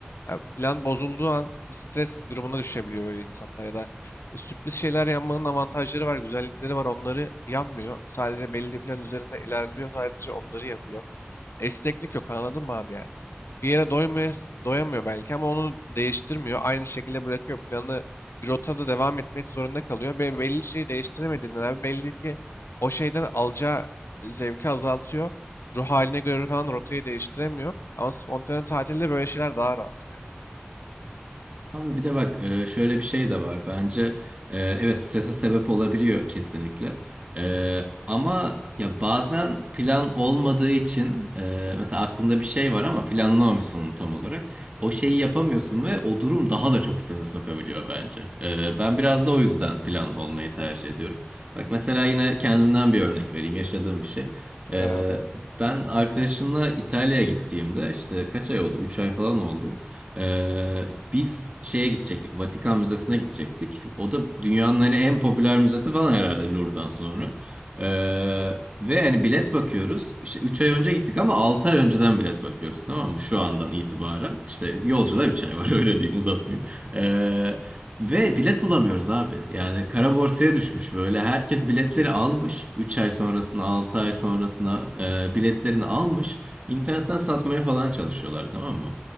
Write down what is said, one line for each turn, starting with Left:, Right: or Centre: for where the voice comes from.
Left: Ya plan bozulduğu an bir stres durumuna düşebiliyor böyle insanlar ya da e, sürpriz şeyler yapmanın avantajları var, güzellikleri var. Onları yanmıyor. Sadece belli plan üzerinde ilerliyor. Sadece onları yapıyor. Esneklik yok anladın mı abi yani? Bir yere doymuyor, doyamıyor belki ama onu değiştirmiyor. Aynı şekilde bırakıyor planı bir rotada devam etmek zorunda kalıyor. Ve belli şeyi değiştiremediğinden abi belli ki o şeyden alacağı zevki azaltıyor. Ruh haline göre falan rotayı değiştiremiyor. Ama spontane tatilde böyle şeyler daha rahat yani.
Right: Abi bir de bak e, şöyle bir şey de var. Bence e, evet strese sebep olabiliyor kesinlikle. E, Ama ya bazen plan olmadığı için e, mesela aklında bir şey var ama planlamamışsın onu tam olarak. O şeyi yapamıyorsun ve o durum daha da çok strese sokabiliyor bence. E, Ben biraz da o yüzden planlı olmayı tercih ediyorum. Bak mesela yine kendimden bir örnek vereyim yaşadığım bir şey. E,
Left: Ver abi.
Right: Ben arkadaşımla İtalya'ya gittiğimde işte kaç ay oldu? üç ay falan oldu. Ee, biz şeye gidecektik. Vatikan Müzesi'ne gidecektik. O da dünyanın hani en popüler müzesi falan herhalde Louvre'dan sonra. Ee, ve hani bilet bakıyoruz. İşte 3 ay önce gittik ama 6 ay önceden bilet bakıyoruz tamam mı? Şu andan itibaren. İşte yolculuğa 3 ay var <laughs> öyle diyeyim uzatmayayım. Ee, ve bilet bulamıyoruz abi. Yani kara borsaya düşmüş böyle. Herkes biletleri almış. 3 ay sonrasına 6 ay sonrasına e, biletlerini almış. İnternetten satmaya falan çalışıyorlar tamam mı?